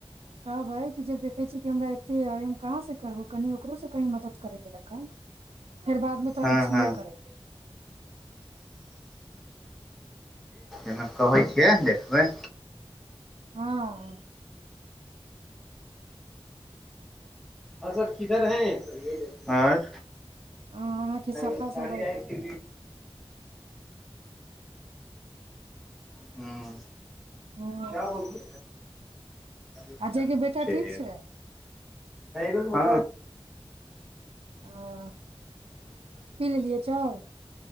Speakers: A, on the right; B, in the centre.
A: कहब अइ कि जब देखै छियै कि हमरा एतेक अइ हम कहाँसँ करबहु कनि ओकरोसँ कहीँ मदति करय लेलक हन फेर बादमे तऽ
B: हँ
A: हम छियै
B: हँ
A: करय ल
B: ऐना कहै छियै देखबै
A: हँ
B: आओर सब किधर है आर
A: आ अहाँके सब
B: चड़ियइ
A: अइ
B: तिी <inaudible> हुँ
A: हँ
B: क्या होगी <inaudible>
A: अजय के बेटा
B: छैहे
A: ठीक छै
B: हँ
A: हाँ पी लेलियै चाय